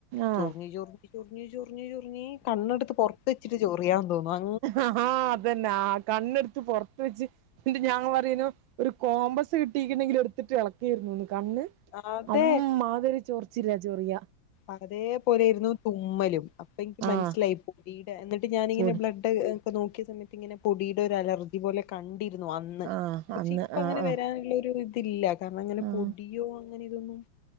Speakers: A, on the right; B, on the left.
A: ആഹ്
B: ചൊറിഞ്ഞ് ചൊറിഞ്ഞ് ചൊറിഞ്ഞ് ചൊ റിഞ്ഞ് ചൊറിഞ്ഞ് കണ്ണെടുത്ത് പൊറത്ത് വെച്ചിട്ട് ചൊറിയാൻ തോന്നും അ
A: ആഹ് അതെന്നെ ആ കണ്ണെട്ത്ത് പൊറത്ത് വെച്ച് പിന്നെ ഞാൻ ഇങ്ങ പറയേന്നു ഒരു കോംമ്പസ് കിട്ടീക്ക്ണെങ്കിൽ എട്ത്തിട്ട് എളക്കേരുന്നുന്ന് കണ്ണ്
B: അതെ
A: അംമ്മാതിരി ചൊറിച്ചില ചൊറിയ
B: അതേപോലെര്ന്നു തുമ്മലും അപ്പ എനിക്ക് മനസ്സിലായി
A: ആഹ്
B: പൊടീട എന്നിട്ട് ഞാനിങ്ങനെ
A: പൊടി
B: ബ്ലഡ് നോക്കി സമയത്ത് ഇങ്ങനെ പൊടീടെ ഒരു അലർജി പോലെ കണ്ടി അന്ന്
A: ആഹ്
B: പക്ഷെ
A: അന്ന്
B: ഇപ്പൊ
A: ആഹ്
B: അങ്ങനെ
A: ആഹ്
B: വരാള്ള ഒര് ഇതില്ല കാര്ണം അങ്ങനെ
A: ആഹ്
B: പൊടിയോ അങ്ങനെ ഇതൊന്നും